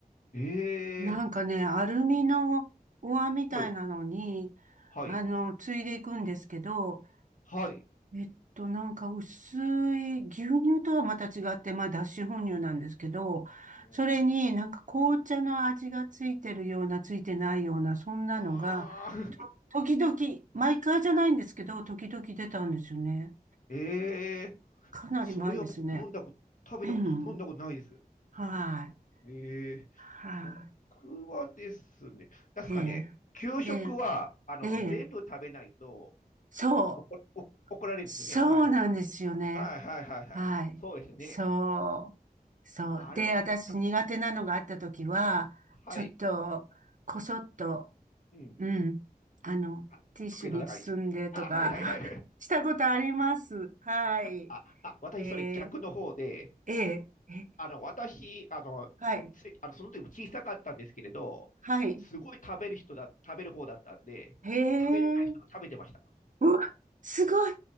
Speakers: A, on the left; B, on the right.
A: ええ
B: なんかね、アルミのお椀みたいなのに、
A: はい、はい、
B: あの、ついでいくんですけど、
A: はい。
B: えっと、なんか薄い牛乳とはまた違って、まあ脱脂粉乳なんですけど、
A: うん。
B: それになんか紅茶の味がついてるような、ついてないような、そんなのが、
A: ああ、<laughs>
B: 時々、毎回じゃないんですけど、時々出たんですよね。
A: ええ
B: かなり前ですね。
A: それは僕飲んだこと、食べたこと、
B: <clears throat> うん
A: 飲んだことないです。
B: はい。
A: ええ僕はですね、
B: は
A: 確かね、
B: い。ええ。
A: 給食は、
B: ええ。
A: あの、
B: ええ。
A: 全部食べないと
B: そう。
A: 怒、お怒られるんですよね。
B: そうなんですよね。
A: はい。はいはいはいはい。
B: はい。
A: そうですよね。
B: そう。そう。
A: あれ、
B: で、私苦手なのがあった時は、
A: た、はい。
B: ちょっと、こそっと、
A: うん。
B: うん。あの、
A: あ、
B: ティッシュに包んでとか、
A: 机の中に。あ、はいはいはい。
B: <laughs> したことあります。はい。
A: <laughs> あ、あ、私それ逆の方で、
B: ええ。ええ。ええ
A: あの、私、あの、
B: はい。
A: つあのその時も小さかったんですけれど、
B: はい。
A: すごい食べる人だ、食べる方だったんで、
B: へえ。
A: 食べれない人が食べてました。
B: うわ、すごい。